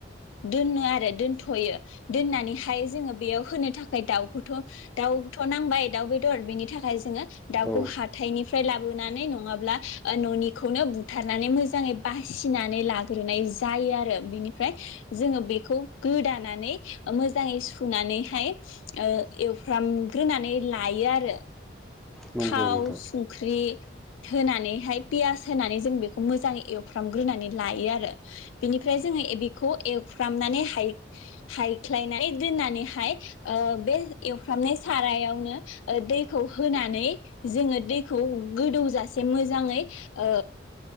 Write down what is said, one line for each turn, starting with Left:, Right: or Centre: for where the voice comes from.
Left: दोनो आरो दोनथ'यो दोननानैहाय जोङो बेयाव होनो थाखाय दाउ थ' दाउथ' नांबाय दाउ बेदर बेनि थाखाय जोङो दाउखौ
Centre: औ
Left: हाथायनिफ्राय लाबोनानै नङाब्ला न'निखौनो बुथारनानै मोजाङै बासिनानै लाग्रोनाय जायो आरो बिनिफ्राय जोङो बेखौ गोदानानै मोजाङै सुनानैहाय ओ एवफ्रामग्रोनानै लायो आरो
Centre: नंगौ
Left: थाव
Centre: नोंथां
Left: संख्रि होनानैहाय पियास होनानै जों बेखौ मोजाङै एवफ्रामग्रोनानै लायो आरो बेनिफ्राय जोङो बेखौ एवफ्रामनानै हाय हायख्लायनानै दोननानैहाय ओ बे एवफ्रामनाय सारायावनो दैखौ होनानै जोङो दैखौ गोदौजासे मोजाङै ओ